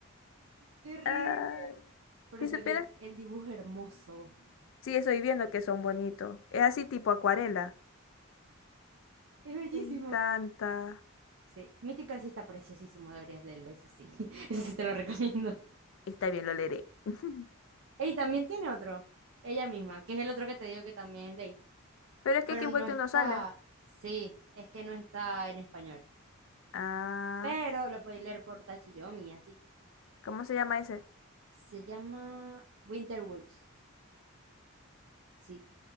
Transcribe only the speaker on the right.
Terrible.
Pero
es
el, el dibujo es hermoso.
Es bellísimo.
Sí, Mítica sí está preciosísimo, deberías leerlo, ese sí. <laughs> Ese sí te lo recomiendo.
Y también tiene otro, ella misma, que es el otro que te digo que también leí,
pero
no
está,
sí, es que no está en español,
pero lo podéis leer por Tachiyomi, así.
Se llama Winter Woods, sí,